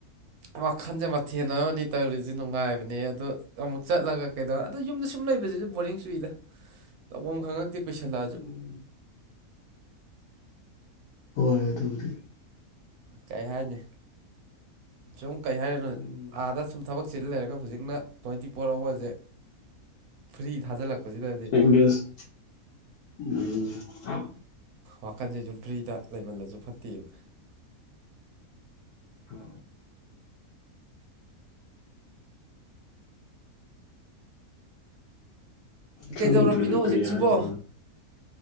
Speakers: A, on the right; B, on the left.
A: ꯋꯥꯈꯜꯁꯦ ꯃꯊꯦꯜ ꯑꯃꯅꯤ ꯇꯧꯔꯤꯁꯤ ꯅꯨꯡꯉꯥꯏꯕꯅꯦ ꯑꯗꯨꯗ ꯑꯃꯨꯛ ꯆꯠꯂꯒ ꯀꯩꯗꯧꯔ ꯑꯗꯣ ꯌꯨꯝꯗ ꯁꯨꯝ ꯂꯩꯕꯁꯤꯁꯨ ꯕꯣꯔꯤꯡ ꯁꯨꯏꯗ ꯇꯧꯕꯐꯝ ꯑꯃ ꯈꯪꯉꯛꯇꯦ ꯀꯨꯏꯁꯜꯂꯛꯑꯁꯨ
B: ꯎꯝ ꯍꯣꯏ ꯑꯗꯨꯕꯨꯗꯤ
A: ꯀꯩ ꯍꯥꯏꯅꯤ ꯁꯨꯝ ꯀꯩ ꯍꯥꯏꯔꯅꯣ
B: ꯎꯝ
A: ꯑꯥꯗ ꯁꯨꯝ ꯊꯕꯛꯁꯤꯗ ꯂꯩꯔꯒ ꯍꯧꯖꯤꯛꯅ ꯇ꯭ꯋꯦꯟꯇꯤ ꯐꯣꯔ ꯑꯋꯥꯔꯁꯦ ꯐ꯭ꯔꯤ ꯊꯥꯖꯤꯜꯂꯛꯄꯁꯤꯗꯗꯤ
B: ꯑꯦꯡꯒꯦꯖ ꯎꯝ
A: ꯋꯥꯈꯟꯁꯤꯁꯨ ꯐ꯭ꯔꯤꯗ ꯂꯩꯃꯜꯂꯁꯨ ꯐꯠꯇꯦꯕ
B: ꯍ ꯈꯪꯗ꯭ꯔꯦꯗ
A: ꯀꯩꯗꯧꯔꯝꯃꯤꯅꯣ
B: ꯀꯩ
A: ꯍꯧꯖꯤꯛꯁꯤꯕꯣ
B: ꯍꯥꯏꯗꯣꯏꯅꯣ